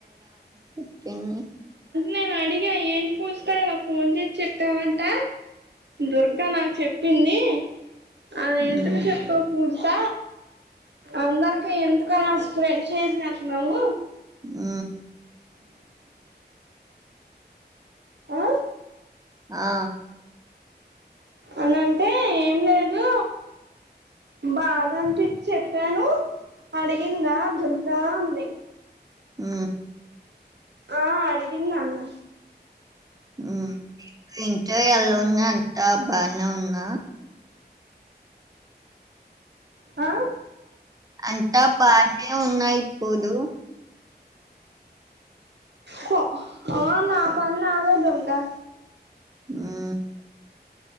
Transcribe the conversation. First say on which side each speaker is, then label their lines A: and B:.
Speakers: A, on the right; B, on the right.
A: <unintelligible> <unintelligible>
B: నేను అడిగా ఏంటి పూజితా ఇలా ఫోన్ చేసి చెప్పావంట దుర్గా నాకు చెప్పింది అలా
A: ఉమ్,
B: ఎందుకు చెప్పావు పూజిత అందరికి ఎందుకలా స్ప్రెడ్ చేసే చేస్తున్నావు
A: హు
B: ఆ
A: ఆ
B: అనంటే ఏం లేదు బాధ అనిపించి చెప్పాను అడిగిందా దుర్గా అంది
A: ఆ
B: ఆ అడిగింది అన్న
A: హు ఇంట్లో ఇంకా అలా ఉన్నారు అంతా బానే ఉన్నా
B: ఆ
A: అంతా బానే ఉన్నాయి ఇప్పుడు
B: పో ఆ నా పని నాదే దుర్గా
A: హు